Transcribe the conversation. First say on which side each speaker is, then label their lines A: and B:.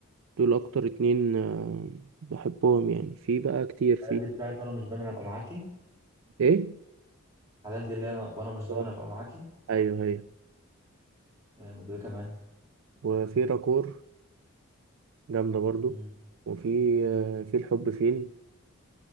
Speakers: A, on the right; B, on the right.
A: دول أكتر اتنين أه بحبهم يعني في بقى كتير في
B: الحلال دي بتاعت انا مش ضامن ابقى معاكي
A: إيه؟
B: الحلال دي اللي انا وانا مش ضامن
A: آه،
B: ابقى معاكي
A: أيوه هي
B: يا مدوي كمان
A: وفي راكور جامدة برضو
B: امم
A: وفي أه في الحب فين